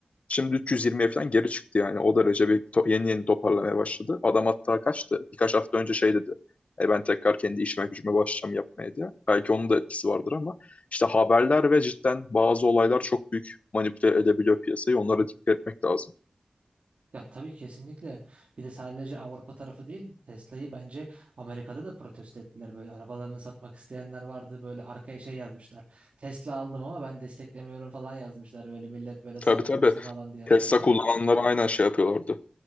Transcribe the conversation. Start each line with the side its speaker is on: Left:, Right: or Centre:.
Left: Şimdi 320'ye falan geri çıktı yani. O derece bir to- yeni yeni toparlamaya başladı. Adam hatta kaçtı. Birkaç hafta önce şey dedi. E ben tekrar kendi işime gücüme başlayacağım yapmaya diye. Belki onun da etkisi vardır ama işte haberler ve cidden bazı olaylar çok büyük manipüle edebiliyor piyasayı. Onlara dikkat etmek lazım.
Right: Ya tabii kesinlikle. Bir de sadece Avrupa tarafı değil, Tesla'yı bence Amerika'da da protesto ettiler. Böyle arabalarını satmak isteyenler vardı. Böyle arkaya şey yazmışlar. Tesla aldım ama ben desteklemiyorum falan yazmışlar. Böyle millet böyle saldırmasın
Left: Tabii tabii.
Right: falan diye arabalara.
Left: Tesla kullananlar aynen şey yapıyorlardı.